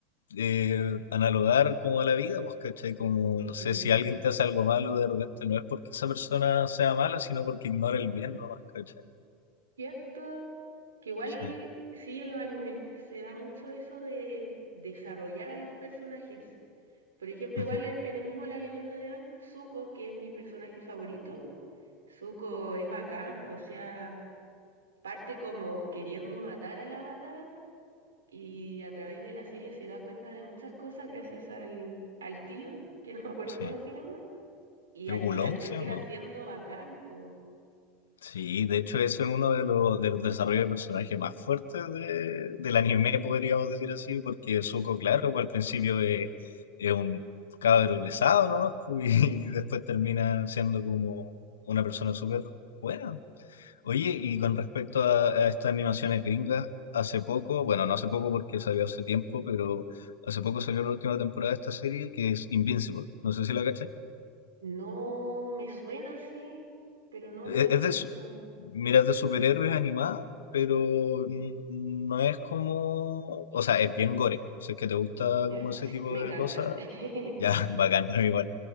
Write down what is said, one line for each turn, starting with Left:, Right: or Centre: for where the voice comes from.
Left: eh, analogar como a la vida, pues, ¿cachai? Como, no
Right: mm,
Left: sé, si alguien te hace algo malo de repente, no es porque esa persona sea mala, sino porque ignora el bien nomás, ¿cachai?
Right: Cierto, que igual
Left: Sí.
Right: sí en los animes se da mucho eso de desarrollar a los personajes. Por ejemplo,
Left: ujú,
Right: igual e- en el mismo La Leyenda de Aang, Zuko, que es mi personaje favorito, Zuko es bacán, po, o sea, parte como queriendo matar al avatar y a través de la serie se da cuenta de muchas cosas gracias al, al tío, que no me acuerdo
Left: Sí.
Right: cómo se llama, y
Left: ¿Y
Right: al
Left: ¿Oolong,
Right: final termina
Left: sí o no?
Right: siendo bacán, pues.
Left: Sí, de hecho eso es uno de los, de los desarrollos de personaje más fuertes de- del anime, podríamos decir así, porque Zuko, claro, pues, al principio es, es un cabro pesado, ¿no? <laughs> y después termina siendo como una persona súper buena. Oye, y con respecto a, a estas animaciones gringas, hace poco, bueno, no hace poco porque salió hace tiempo, pero hace poco salió la última temporada de esta serie que es Invincible. No sé si la cachai.
Right: No me suena así, pero no,
Left: e-
Right: no la he visto.
Left: Es de, su- mira, es de superhéroes animada, pero n- no es como, o sea, es bien gore. Si es que te gusta
Right: Ujú, ya,
Left: como ese
Right: sí,
Left: tipo
Right: me encanta.
Left: de cosas,
Right: <laughs>
Left: ya, <laughs> bacán, ¿no? igual.